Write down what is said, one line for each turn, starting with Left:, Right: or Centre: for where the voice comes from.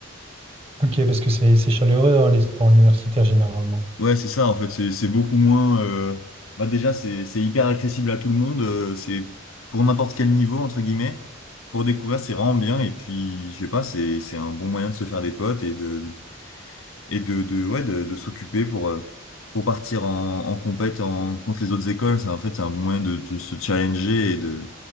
Right: Ok, parce que c'est c'est chaleureux, hein, les sports universitaires généralement.
Left: Ouais, c'est ça, en fait, c'est c'est beaucoup moins... euh, Bah déjà, c'est c'est hyper accessible à tout le monde, euh, c'est pour n'importe quel niveau, entre guillemets. Pour découvrir, c'est vraiment bien, et puis, je sais pas, c'est c'est un bon moyen de se faire des potes et de, et de, de, ouais, de, de s'occuper pour, euh, pour partir en, en compète en, contre les autres écoles. C'est, en fait, c'est un bon moyen de, de se challenger et de.